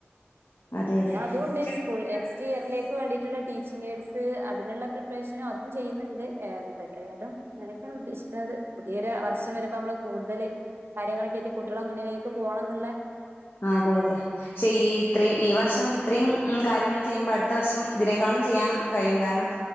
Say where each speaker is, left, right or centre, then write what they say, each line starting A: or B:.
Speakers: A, on the left (about 60°); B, on the right (about 65°).
A: അതെ
B: പിന്ന
A: അതെ.
B: അതൊണ്ട്
A: പക്ഷെ
B: സ്കൂൾ നെക്സ്റ്റ് ഇയറിലേക്ക് വേണ്ടിയിട്ടുള്ള ടീച്ചിങ് എയ്ഡ്സ് അതിനുള്ള പ്രിപ്പറേഷനോ അതും ചെയ്യുന്നുണ്ട്. ഏതായാലും ഇങ്ങനൊക്കെയാണ് ഉദ്ദേശിക്കുന്നത്. പുതിയൊരു വർഷം വരുമ്പോ നമ്മള് കൂടുതല്- കാര്യങ്ങളൊക്കെ എത്തി കുട്ടികളെ മുന്നിലേക്ക് പോകണംന്നുള്ള-
A: ആഹ് അതെ അതെ ചെയ്യും ഇത്ര ഈ വർഷം ഇത്രയും കാര്യങ്ങൾ ചെയ്യുമ്പോൾ അടുത്ത വർഷം ഇതിനേക്കാളും ചെയ്യാൻ കഴിയും കാരണം